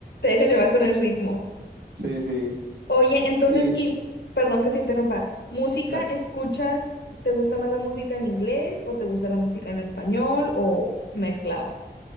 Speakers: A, on the left; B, on the right.
A: deja llevar con el ritmo.
B: Sí, sí,
A: Oye, entonces,
B: y
A: y perdón que te interrumpa, ¿música
B: dale.
A: escuchas? ¿Te gusta más la música en inglés o te gusta la música en español o mezclada?